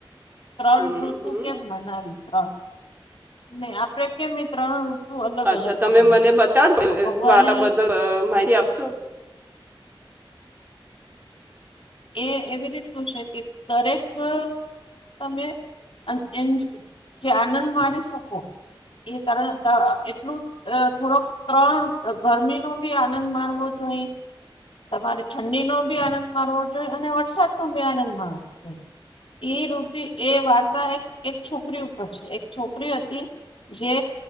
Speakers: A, on the left; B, on the right.
A: ત્રણ
B: હમ
A: ઋતુ
B: હમ
A: કેમ મનાવી ત્રણ. નહી આપડે કે મ ત્રણ. અલગ
B: અચ્છા
A: અલગ
B: તમે
A: બનાવી
B: મને બતાડશો
A: તો ભગવાને
B: વાટ બદલ માહિતી આપશો.
A: એ એવી રીતનું છે કે દરેક. હ તમે. અ. એ જે આનંદ મારી શકો એ તણ એટલું થોડોક ત્રણ ગરમીનોબી આનંદ મારવો જોઈએ તમારે ઠંડીનો બી આનંદ મારવો. જો અને વરસાદ તો ભી આનંદ માણવો જો એ ઋતિ. એ વાર્તા એક એક છોકરી ઉપર છે એક છોકરી હતી જે